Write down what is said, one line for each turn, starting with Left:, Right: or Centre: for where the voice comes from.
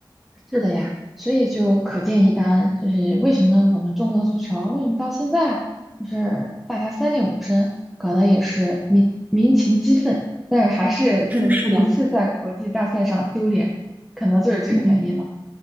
Centre: 是的呀，所以就可见一斑，就是为什么我们中国的足球为什么到现在就是大家三令五申，搞得也是民民情激愤，但是还是
Right: 是的，
Centre: <laughs>
Right: 是的，
Centre: 屡次在国际大赛上丢脸，可能就是这个原因了。
Right: 嗯